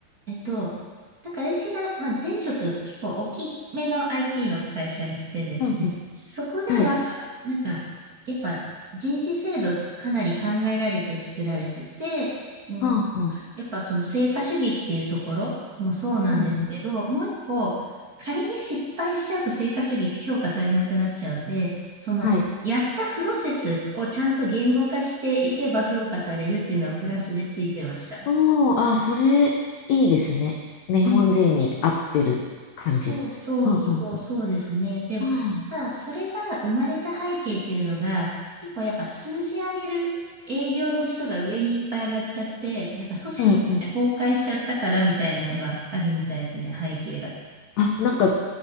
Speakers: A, on the right (about 40°); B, on the left (about 80°).
A: えっと、なんか私が、まあ、前職結構大きめの IT の会社にいてですね、
B: うんうん。
A: そこでは、
B: はい。
A: なんか、やっぱ人事制度かなり考えられて作られてて、うん
B: うんうん。
A: やっぱその成果主義っていうところもそうなんですけど、
B: うんうん。
A: もう一個、仮に失敗しちゃうと成果主義評価されなくなっちゃうんで、そのやったプロセスをちゃんと言語化していけば評価されるっていうのはプラスでついてました。
B: はい。おー、あ、それ、いいですね。日本人に合ってる感じ。
A: うん。そうそうそうそうですね。
B: うんうんうん。
A: でも、
B: うん
A: ただそれが生まれた背景っていうのが、結構やっぱ数字上げる営業の人が上にいっぱい上がっちゃって、なんか組織って崩壊しちゃったからみたいなのがあるみたいですね、
B: うんうん。
A: 背景が。
B: あ、なんか、